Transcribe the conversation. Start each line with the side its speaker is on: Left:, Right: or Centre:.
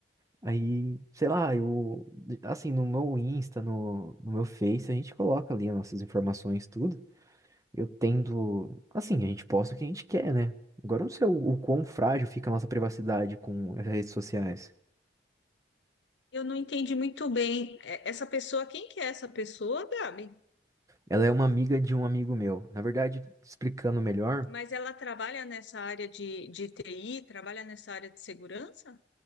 Right: Aí, sei lá, eu, assim, no meu Insta, no, no meu Face, a gente coloca ali as nossas informações, tudo. Eu tendo, assim, a gente posta o que a gente quer, né? Agora eu não sei o, o quão frágil fica a nossa privacidade com as redes sociais.
Left: Eu não entendi muito bem. É, Essa pessoa, quem que é essa pessoa, Gabi?
Right: Ela é uma amiga de um amigo meu. Na verdade, explicando melhor,
Left: Mas ela trabalha nessa área de, de TI, trabalha nessa área de segurança?